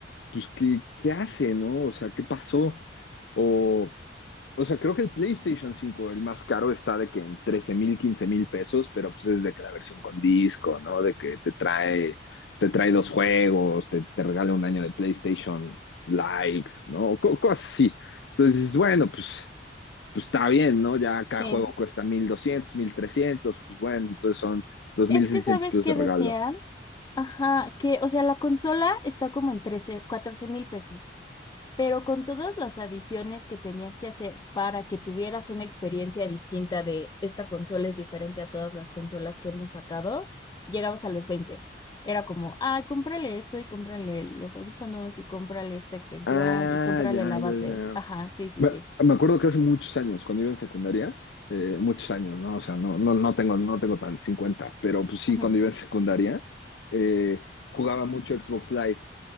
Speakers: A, on the left; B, on the left.
A: pues, ¿qué, qué hace, no? O sea, ¿qué pasó? O. O sea, creo que el PlayStation cinco el más caro, está de que en trece mil, quince mil pesos, pero pues es de que la versión con disco, ¿no? De que te trae, te trae dos juegos, te, te regala un año de PlayStation Live, ¿no? Co- cosas así. Entonces dices, bueno, pues, pues está bien, ¿no? Ya cada
B: Sí.
A: juego cuesta mil doscientos, mil trescientos, pues bueno, entonces son dos
B: Es
A: mil seiscientos
B: que, ¿sabes
A: pesos
B: qué
A: de regalo.
B: decían? Ajá, que, o sea, la consola está como en 13 14 mil pesos. Pero con todas las adiciones que tenías que hacer para que tuvieras una experiencia distinta de esta consola es diferente a todas las consolas que hemos sacado, llegabas a los veinte Era como, ah, cómprale esto y cómprale los audífonos y cómprale esta extensión
A: Ah,
B: y cómprale
A: ya,
B: la
A: ya,
B: base.
A: ya.
B: Ajá, sí, sí,
A: Me,
B: sí.
A: me acuerdo que hace muchos años, cuando iba en secundaria, eh, muchos años, ¿no? O sea, no, no, no tengo, no tengo tan 50, pero pues sí,
B: Ujú,
A: cuando iba en secundaria, eh, jugaba mucho Xbox Live